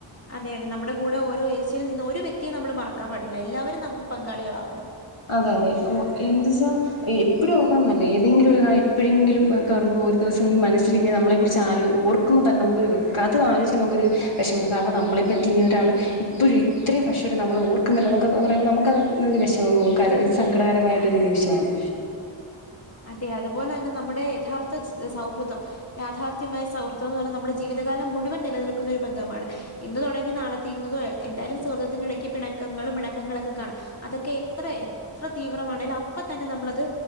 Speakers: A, on the left (about 30°); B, on the left (about 85°).
A: അതെ അതെ നമ്മുടെ കൂടെ ഓരോ ഉയർച്ചയിൽ നിന്ന് ഒരു വ്യക്തിയ നമ്മൾ മറക്കാൻ പാടില്ല എല്ലാവരും നമുക്ക് പങ്കാളികളാവണം
B: അത അതെ ഓ എന്ത്ച്ചാ എപ്പോഴ ഓർക്കണംന്നല്ല ഏതെങ്കിലും ഒരു കാ എപ്പഴെങ്കിലും ഒെ ഓർുമ്പോ ഒരു ദിവസം മനസ്സൽ ഇങ്ക നമ്മളെ കുറിച്ച് ആ ഓ നക്കുന്ന തന്നെ നമുക്കോരു അത് ആലോചിക്കച്ച് നമുക്ക്രു വിഷമാണ് കാരണം നമ്മളെ പറ്റി ഇങ്ങ ഒരാൾ ഇപ്പോഴും ഇത്രയും വർഷായിട്ട് നമ്മൾ ഓർക്കുന്നല്ലോ നമ്മക്ക് എന്നൊക്ക പറയുമ്പോൾ നമുക്കത് ര കര സങ്കടകരമായിട്ടൊരു നിമിഷണ്
A: അതെ അതുപോലെ തന്നെ നമ്മുടെ യഥാർത്ഥ സൗഹൃദം യാഥാർത്ഥ്യമായ സൗഹൃദം എന്ന് പറഞ്ഞാൽ നമ്മുടെ ജീവിതകാലം മുഴുവൻ നിലനിൽക്കുന്ന ഒരു ബന്ധമാണ് ഇന്ന് തുടങ്ങി നാളെതീരുന്നത് എന്തായാലും സുഹൃദത്തിന്റെ ഇടയ്ക്ക് പിണക്കങ്ങളും മിണക്കങ്ങളും കാണാം അതൊക്കെ എത്ര എത്ര തീവ്രമാണെങ്കിലും അപ്പ തന്നെ നമ്മളത്